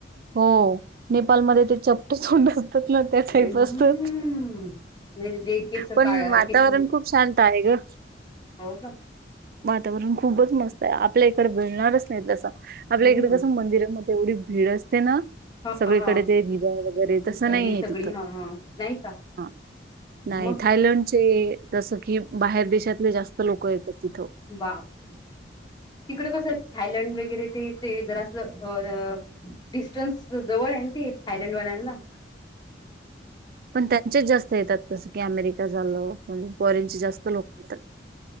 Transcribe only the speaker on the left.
हम्म
म्हणजे केस
काळ
केस,
हो का?
हम्म
हा
हा
गर्दी
सगळी
हा हा नाही का
मग
बापरे तिकड कसं थायलंड वगैरे ते ते जरा असं अ डिस्टन्स जवळ आहे ते थायलंड वाल्यांना.